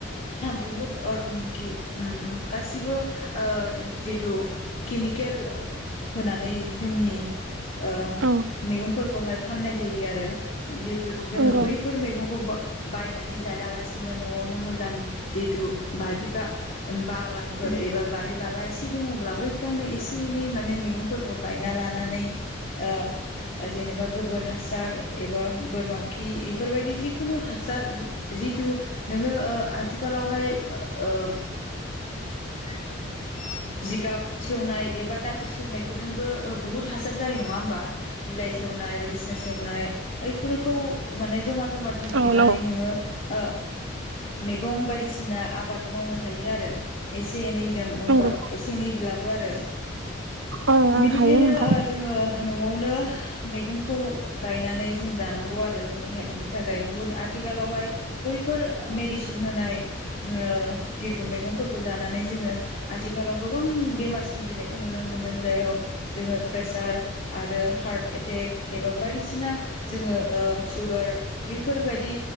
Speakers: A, on the left; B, on the right.
A: बुहुद अर किउ उम गासिबो ओ जितु केमिकेल होनानै जोंनि ओ
B: औ
A: मैगंफोरखौहाय फाननाय जायो आरो जिहेतु जोङो
B: नंगौ
A: बै फोर मैगंखौ बायनानै जायालासिनो न'वावनो मोजां जितु बारि बा बागानफोर एबा बारि बाला एसे दङब्ला बैफ्रावनो एसे एनै माने मैगं फोरखौ गायना लानानै ओ ओ जेनेबा गोबोर हासार एबा बोरमा खि इफोरबायदि जिखुनु हासार जिथु नोङो ओ आथिखालावहाय ओ <inaudible> जिगाब सेवनाय एबा दाखोर सेवनायफोरजोंबो ओ बुहुत हासार जायो नङा ओमबा बिलाइ सेवनाय बायदिसिना सेवनाय ओइफोरखौ माने जमा जमा दोनथुमनानै
B: औ नंगौ
A: नोङो ओ मेगं बायदिसिना आबाद मावनो हायो आरो। एसे एनैजों ओमबा
B: नंगौ
A: एसे एनैब्लाबो आरो।
B: ओं आं
A: बेनिखायनो
B: हायो नोंथां
A: ओ जोङो न'वावनो मैगंखौ गायनानै जों जानांगौ आरो जोंनि हेल्थनि थाखाय बुहुद आथिखालावहाय बैफोर मेडिसिन होनाय ओ जिथु मेगं फोरखौ जानानै जोङो आथिखालाव गोबां बेमार सोमजिनायखौ नुनो मोनदों जाय औ जोङो प्रेसार आरो हार्ट एटेक एबा बायदिसिना जोङो सुगार बेफोरबायदि